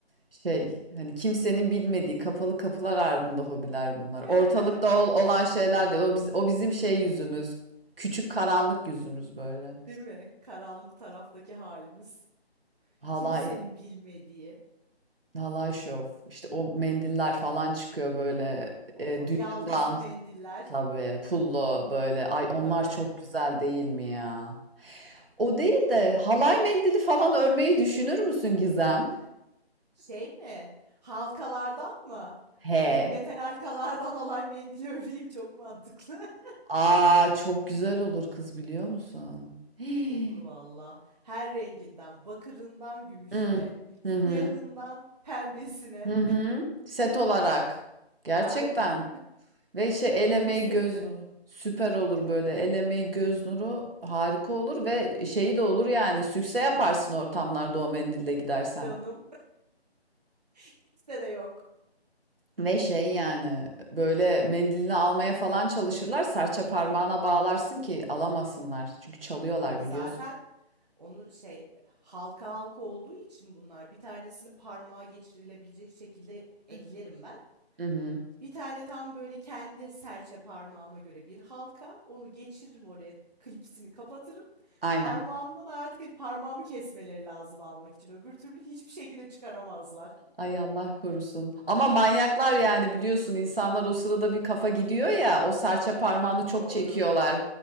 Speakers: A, on the right; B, on the right.
A: Şey hani kimsenin bilmediği kapalı kapılar ardında hobiler bunlar.
B: <laughs>
A: Ortalıkta ol- olan şeyler değil. O, biz, o bizim şey yüzümüz. Küçük karanlık yüzümüz böyle.
B: Değil mi? Karanlık taraftaki halimiz.
A: Halay,
B: Kimsenin bilmediği.
A: halay şov. İşte o mendiller falan çıkıyor böyle.
B: O
A: E, düğünümde
B: yaldızlı
A: al-
B: mendiller.
A: tabii pullo böyle. Ay onlar
B: Tabii.
A: çok güzel değil mi ya? O değil de halay mendili falan örmeyi düşünür müsün Gizem?
B: Şey mi? Halkalardan mı?
A: He.
B: Benim metal halkalardan <laughs> alay mendili öreyim çok mantıklı. <laughs>
A: Aa çok güzel olur kız biliyor musun? <gasps>
B: Olur valla. Her renginden, bakırından gümüşüne,
A: Hı.
B: siyahından
A: Hı hı.
B: pembesine.
A: Hı hı. Set olarak. Gerçekten.
B: <laughs> Aynen.
A: Ve şey
B: Düğün
A: el emeği
B: seti.
A: göz nuru. Süper olur böyle. El emeği göz nuru harika olur ve şeyi de olur yani. Sükse yaparsın ortamlarda o mendille gidersen.
B: Canım. <laughs> Kimse de yok.
A: Ve şey yani böyle mendilini almaya falan çalışırlar. Serçe parmağına bağlarsın ki alamasınlar. Çünkü çalıyorlar
B: Tabii zaten
A: biliyorsun.
B: onun şey halka halka olduğu için bunlar bir tanesini parmağa geçirilebilecek şekilde
A: Hı
B: eklerim
A: hı.
B: ben.
A: Hı hı.
B: Bir tane tam böyle kendi serçe parmağıma göre bir halka. Onu geçiririm oraya, klipsini kapatırım.
A: Aynen.
B: Parmağımdan artık hani parmağımı kesmeleri lazım almak için. Öbür türlü hiçbir şekilde çıkaramazlar.
A: Ay Allah korusun. Ama manyaklar yani biliyorsun insanlar o sırada bir kafa gidiyor ya o serçe parmağını çok
B: Doğru.
A: çekiyorlar.